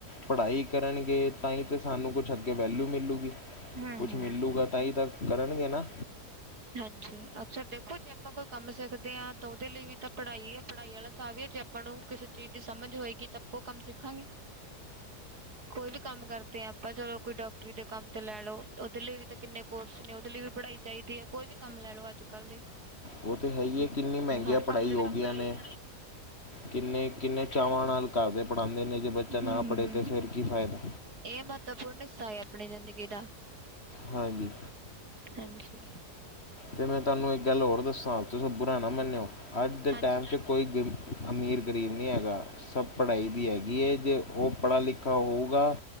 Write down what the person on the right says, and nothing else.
ਹੂੰ
ਹੂੰ
ਹਂਜੀ, ਅਕਸਰ ਦੇਖੋ ਜੇ ਆਪਾਂ ਕੋਈ ਕੰਮ ਸਿੱਖਦੇ ਹਾਂ ਤਾਂ ਔਦੇ ਲਈ ਵੀ ਤਾਂ ਪੜਾਈ ਹੈ। ਪੜਾਈ ਵਾਲਾ ਹਿਸਾਬ ਵੀ ਹੈ ਜੇ ਆਪਾਂ ਨੂੰ ਕਿਸੇ ਚੀਜ਼ ਦੀ ਸਮਝ ਹੋਏਗੀ ਤਾਂ ਆਪੋ ਕੰਮ ਸਿੱਖਾਂਗੇ। ਕੋਈ ਵੀ ਕੰਮ ਕਰਦੇ ਹਾਂ ਆਪਾਂ ਚਲੋ ਕੋਈ ਡਾਕਟਰੀ ਦੇ ਕੰਮ ਤੇ ਲੈ ਲੋਔਦੇ ਲਈ ਵੀ ਤਾਂ ਕਿਨੇ ਕੋਰਸ ਨੇ ਔਦੇ ਲਈ ਵੀ ਪੜਾਈ ਚੈਦੀ ਹੈ। ਕੋਈ ਵੀ ਕੰਮ ਲੈ ਲੋ ਅੱਜ ਕੱਲ ਦੇ
ਹਰ
ਕੰਮ ਦੇ ਵਿੱਚ
ਪੜ੍ਹਾਈ
ਦਾ
ਹਮ-ਹਮ
ਇਹ ਮਹੱਤਵਪੂਰਨ ਹਿੱਸਾ ਅਪਨੀ ਜ਼ਿੰਦਗੀ ਦਾ।
ਹਂਜੀ,
ਹਾਂਜੀ